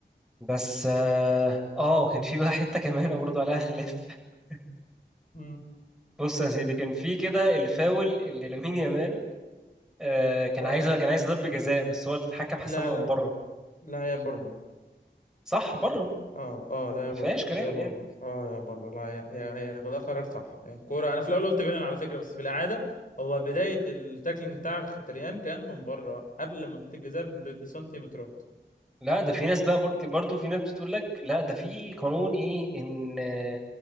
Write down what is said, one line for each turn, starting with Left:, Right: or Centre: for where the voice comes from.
Centre: بس اه آه، كان في بقى حته كمان برضه عليها خلاف <laughs>
Left: امم
Centre: بص يا سيدي كان في كده الفاول اللي لامين يامال آه، كان
Left: اه
Centre: عايز كان عايز ضربه جزاء بس هو الحكم حسبها
Left: لا لا
Centre: من بره
Left: لا هي بره
Centre: صح بره
Left: اه اه لا
Centre: ما
Left: هي
Centre: فيهاش
Left: بره
Centre: كلام
Left: هي بره
Centre: يعني
Left: اه هي بره لا هي هي, هي ده قرار صح هي الكوره انا في الاول قلت بينن على فكره بس في الاعاده هو بدايه التاكلينج بتاع مختريان كان من بره قبل منطقه الجزاء ب- بسنتيمترات
Centre: لا ده في ناس بقى برضه برضه في ناس بتقول لك لا ده في قانون ايه ان آه،